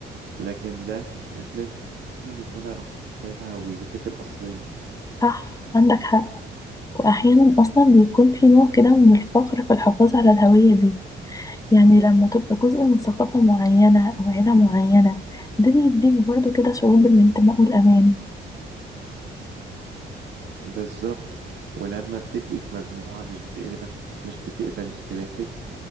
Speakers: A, on the right; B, on the left.
A: لكن ده مش لازم يكون على حساب هويتك الأصلية
B: صح عندك حق وأحيانا أصلا بيكون في نوع كده من الفخر في الحفاظ على الهوية دي يعني لما تبقى جزء من ثقافة معينة أو عيلة معينة ده بيديك برضو كده شعور بالانتماء والأمان
A: بالظبط ولما بتبقي في مجموعة مش بتقبل مش بتقبل اختلافك